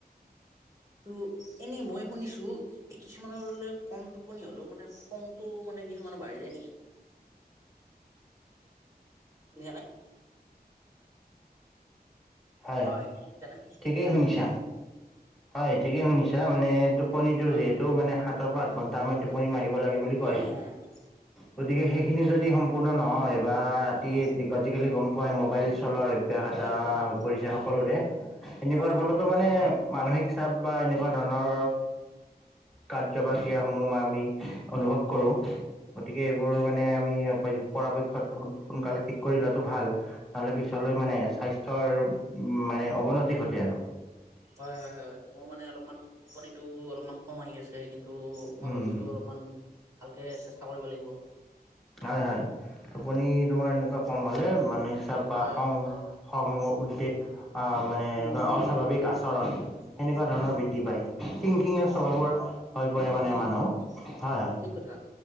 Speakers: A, on the right; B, in the centre.
A: কিন্তু এনেই মই শুনিছোঁ। এই কিছুমানৰ কম টোপনি হলেও মানে খংটো মানে কিছুমানৰ বাঢ়ি যায় নেকি? শুনিহানে
B: হয়।
A: বাই <inaudible> শুনিছা নে।
B: ঠিকেই শুনিছা। হয় ঠিকেই শুনিছা মানে টোপনিটো
A: অ
B: যিহেতু মানে সাতৰ পৰা আঠ ঘণ্টা আয় টোপনি মাৰিব লাগে বুলি কয়। <inaudible> হয় থিকেই শুনিছা মানে টোপনিটো যিহেতু মানে সাতৰ পৰা আঠ ঘণ্টা আয় টোপনি মাৰিব লাগে বুলি কয়।
A: উ <inaudible>
B: <inaudible>
A: অহ <inaudible>
B: গতিকে সেইখিনি যদি সম্পূৰ্ণ নহয়। বা ৰাতি
A: অ
B: আজিকালি গম পোৱাই মোবাইল চলোৱাৰ অভ্যাস এটা
A: ঠিক কথা
B: হৈ পৰিছে সকলোৰে। এনেকুৱাৰ
A: অ
B: ফলতো মানে। মানসিক চাপ বা এনেকুৱা ধৰণৰ কাৰ্য বা ক্ৰীয়াসমূহ আমি। অনুভৱ
A: হয়
B: কৰো। গতিকে এইবোৰ মানে আমি পৰাপক্ষত সোনকালে ঠিক কৰি লোৱাটো ভাল। নহ'লে পিছলৈ মানে স্বাস্থ্যৰ মানে অৱনতি ঘটে আৰু।
A: হয় হয় হয় মোৰ মানে অলপমান টোপনিটো অলপমান কম আহি আছে কিন্তু। তো মই
B: উম,
A: ভাবিছোঁ অলপমান ভালকৈ চেষ্টা কৰিব লাগিব।
B: হয় হয় টোপনি তোমাৰ এনেকুৱা কম হ'লে মানসিক চাপ বা
A: হয়
B: খং
A: হয়
B: খং উদ্বেগ। আহ মানে এনেকুৱা
A: উম উম
B: অস্বাভাৱিক আচৰণ সেনেকুৱা ধৰণৰ বৃদ্ধি পায় শিং শিঙীয়া
A: অ
B: স্বভাৱৰ। হৈ পৰে
A: থিংকিং
B: মানে মানুহ
A: আছে
B: হয় হয়।
A: ঠিক কথা